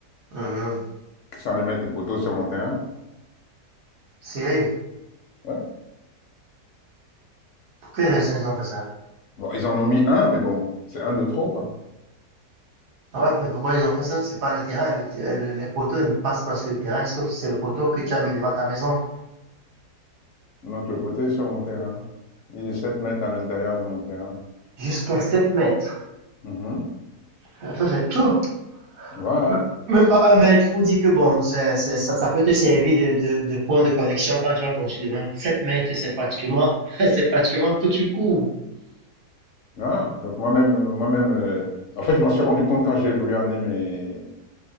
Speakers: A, on the right; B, on the left.
A: Mhm.
B: Qu'ils sont allés mettre des poteaux sur mon terrain.
A: Sérieux?
B: Ouais.
A: Pour quelle raison ils ont fait ça?
B: Bon, ils en ont mis un, mais bon, c'est un de trop, quoi.
A: Ouais, mais pourquoi ils ont fait ça? C'est pas le terrain. Le, te- le- les poteaux ne passent pas sur le terrain, sauf si c'est le poteau que tu as mis devant ta maison.
B: Donc le poteau est sur mon terrain. Il est 7 mètres à l'intérieur de mon terrain.
A: Jusqu'à 7 mètres.
B: Mhm.
A: Ça, c'est tout.
B: Voilà.
A: M- Même pas un mètre, faut dire que bon, c'est- c'est- ça, ça peut te servir de, de- de point de connexion quand tu vas construire demain. 7 mètres, c'est pratiquement, <laughs> c'est pratiquement toute une cour.
B: Voilà. Donc moi-même, euh, moi-même, euh, en fait, je m'en suis rendu compte quand j'ai voulu amener mes,